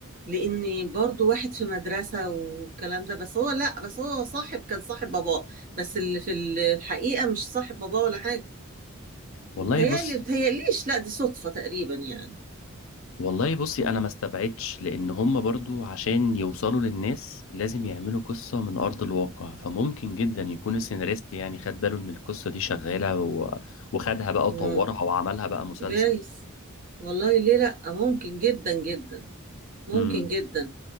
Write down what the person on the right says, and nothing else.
لأني برضو واحد في مدرسة والكلام ده بس هو لأ بس هو صاحب كان صاحب باباه بس اللي في الحقيقة مش صاحب باباه ولا حاجة بتهيألي
بتهيأليش لأ دي صدفة تقريبا يعني
مم.
جايز والله ليه لأ ممكن جدا جدا ممكن
جدا